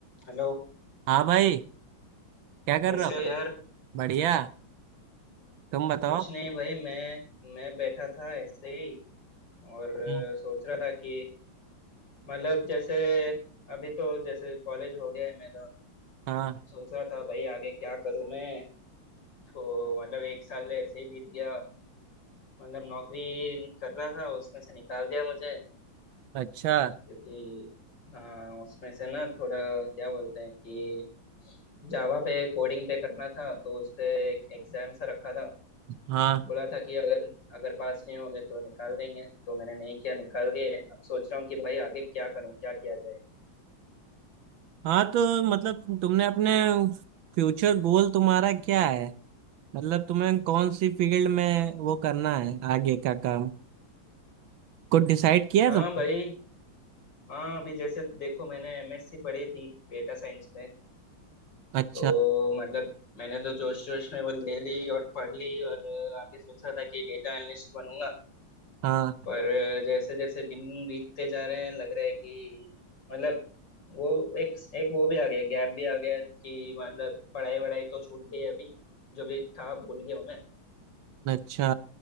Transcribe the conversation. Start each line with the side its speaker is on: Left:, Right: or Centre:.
Left: Hello
Right: हाँ भाई क्या कर
Left: कैसे
Right: रहे हो
Left: हो यार
Right: बढ़िया तुम बताओ
Left: कुछ नहीं भाई मैं मैं बैठा था ऐसे ही और
Right: हम्म।
Left: अ, सोच रहा था कि मतलब जैसे अभी तो जैसे कॉलेज हो गया है मेरा
Right: हाँ
Left: सोच रहा था भाई आगे क्या करूं मैं तो मतलब एक साल ऐसे ही बीत गया मतलब नौकरी कर रहा था उसमें से निकाल दिया मुझे
Right: अच्छा
Left: क्योंकि अ, उसमें से ना थोड़ा क्या बोलते हैं कि जावा पे कोडिंग पे करना था तो उस पे एक एग्जाम सा रखा था
Right: हाँ
Left: बोला था कि अगर अगर पास नहीं होंगे तो निकाल देंगे तो मैंने नहीं किया निकाल दिए अब सोच रहा हूँ कि भाई आगे क्या करूँ क्या किया जाए
Right: हाँ तो मतलब तुमने अपने फ्यूचर गोल तुम्हारा क्या है मतलब तुम्हें कौन सी फील्ड में वो करना है आगे का काम कुछ डिसाइड किया
Left: हाँ
Right: तुमने
Left: भाई हाँ अभी जैसे देखो मैंने एमएससी पढ़ी थी डेटा साइंस में
Right: अच्छा
Left: तो मतलब मैंने तो जोश जोश में वो ले ली और पढ़ ली और आगे सोचा था कि डेटा एनालिस्ट बनूंगा
Right: हाँ
Left: पर जैसे जैसे दिन बीतते जा रहे हैं लग रहा है कि मतलब वो एक एक वो भी आ गया गैप भी आ गया कि मतलब पढ़ाई वढ़ाई तो छूट गई अभी जो भी था भूल गया हूँ मैं
Right: अच्छा